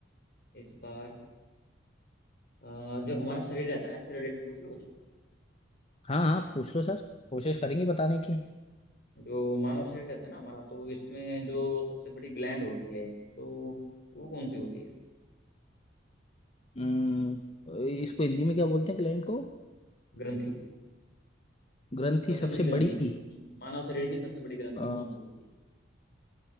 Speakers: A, on the left (about 55°); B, on the left (about 30°).
A: इस बार अ, जो हमारा शरीर रहता है ना इससे रिलेटेड पूछ लो कुछ
B: हाँ हाँ पूछ लो सर कोशिश करेंगे बताने
A: ठीक
B: की
A: है जो मानव शरीर रहता है ना हमारा तो इसमें जो सबसे बड़ी ग्लैंड होती है तो वो कौन सी होती है
B: हम्म, इसको हिंदी में क्या बोलते हैं ग्लैंड को
A: ग्रंथि
B: ग्रंथि
A: सबसे
B: सबसे
A: बड़ी ग्रंथि
B: बड़ी
A: हम्म, मानव शरीर की सबसे बड़ी ग्रंथि
B: अ,
A: कौन सी होती है